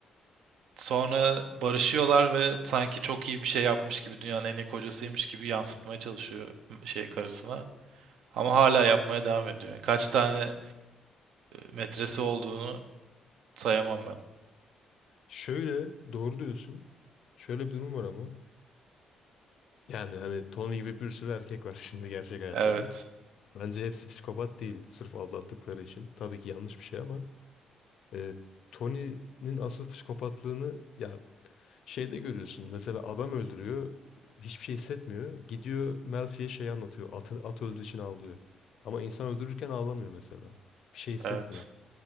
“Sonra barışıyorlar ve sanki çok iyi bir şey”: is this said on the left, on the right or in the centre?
Right